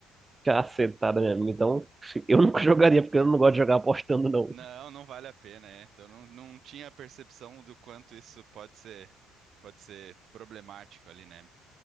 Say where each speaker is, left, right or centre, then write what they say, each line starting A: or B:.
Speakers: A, on the right; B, on the right.
A: Cacetada mesmo. Então, se- eu nunca jogaria, porque eu não gosto de jogar apostando, não.
B: Não, não vale a pena, é. Então não, não tinha a percepção do quanto isso pode ser pode ser problemático ali, né?